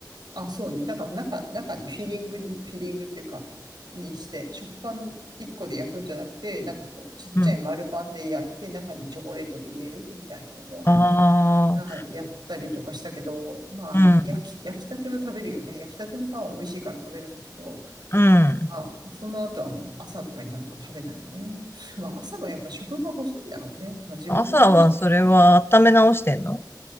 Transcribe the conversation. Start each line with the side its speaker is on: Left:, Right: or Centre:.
Right: あ、そうね。だから中、中にフィリングに、フィリングっていうか、にして、食パン1個で焼くんじゃなくて、なんかこう、ちっちゃい丸パンで焼いて、
Left: うん。
Right: 中にチョコレートを入れるみたいなのを、
Left: あ
Right: はい、やったりとかしたけど、まあね、
Left: あ、
Right: 焼き、焼きたては食べるよね。焼きたてのパンは美味しいから食べるんだけど、
Left: うん、うん。
Right: あ、その後はもう朝とかになると食べないね。<laughs> まあ朝はやっぱ食が細いんだろうね。まあ自分もそうだったよな。
Left: 朝はそれは温め直してんの